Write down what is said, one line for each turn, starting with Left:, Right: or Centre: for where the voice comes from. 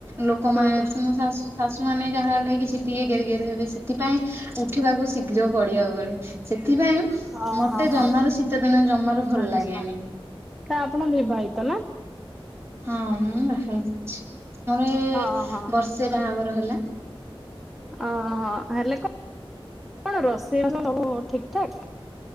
Right: ଲୋକମାନେ
Centre: ହୁଁ
Right: ମୋ ଶାଶ ଶାଶୁ ମାନେ ଯାହା ହେଲେ କି ସେ ଟିକେ ଘେରି ଘେରି ହେବେ ସେଥିପାଇଁ ଉଠିବାକୁ ଶୀଘ୍ର ପଡିବା ବେଳେ। ସେଥିପାଇଁ
Centre: ହଁ
Right: ମତେ
Centre: ହଁ ହଁ।
Right: ଜମାରୁ ଶୀତ ଦିନ ଜମାରୁ ଭଲ
Centre: ଆଚ୍ଛା
Right: ଲାଗେନି।
Centre: ତ ଆପଣ ବିିବାହିତ ନା?
Right: ହଁଁ ବାହାହେଇଛି। ଆମର ଏ
Centre: ହଁ ହଁ।
Right: ବର୍ଷେ ବାହାଘର ହେଲା।
Centre: ଅ ହେଲେ କଣ କଣ ରୋଷେଇ ବାସ ସବୁ ଠିକ ଠାକ୍?